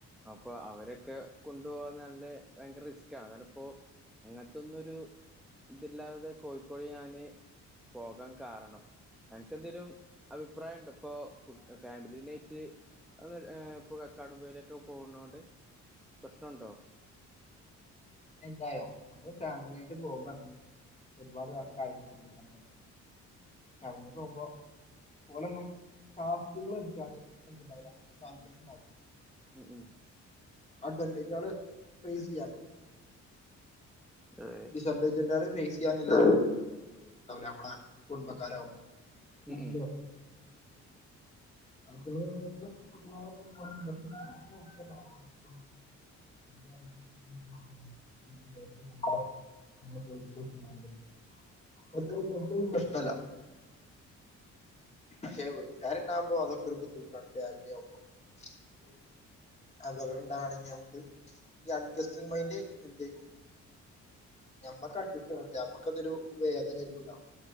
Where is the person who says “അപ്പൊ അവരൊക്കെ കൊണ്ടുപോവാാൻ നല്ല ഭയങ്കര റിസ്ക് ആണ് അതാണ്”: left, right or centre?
Centre